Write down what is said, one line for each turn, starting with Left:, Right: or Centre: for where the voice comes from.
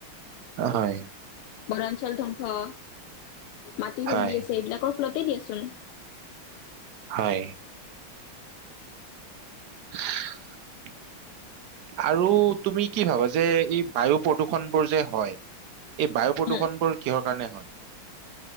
Right: হয়
Left: বৰঞ্চল ধ্বংস মাটি
Right: হয়
Left: খহি আছে এইবিলাকৰ ফলতে দিয়েচোন
Right: হয় <unintelligible> আৰু তুমি কি ভাবা যে এই বায়ু প্ৰদূষণ বোৰ যে হয় এই বায়ু প্ৰদূষণ
Left: উম
Right: বোৰ কিহৰ কাৰণে হয়